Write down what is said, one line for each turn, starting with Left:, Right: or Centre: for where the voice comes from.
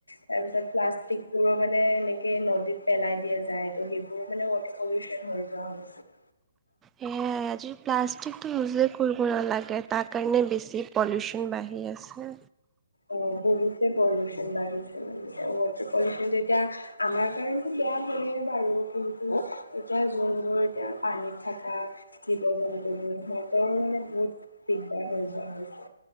Left: তাৰপিছত প্লাষ্টিক বোৰো মানে এনেকে নদীত পেলাই দিয়া যায় ত' সেইবোৰো মানে ৱাটাৰ পলিউশ্যন হৈ যোৱা হৈছে।
Right: সেয়া আজি প্লাষ্টিকটো ইউজেই কৰিব নালাগে তাৰ কাৰণে বেছি পলিউচন বাঢ়ি আছে।
Left: অ বহুতে পলিউচন বাঢ়িছে মানে ওৱাটাৰ পলিউচনটো এতিয়া আমাৰ কাৰণ বেয়া হয়ে বাৰু কিন্তু এতিয়া যোনবোৰ এতিয়া পানীত থকা জীৱ জন্তুবোৰ সিহঁতৰ মানে বহুত দিগদাৰ হৈ যোৱা হৈছে।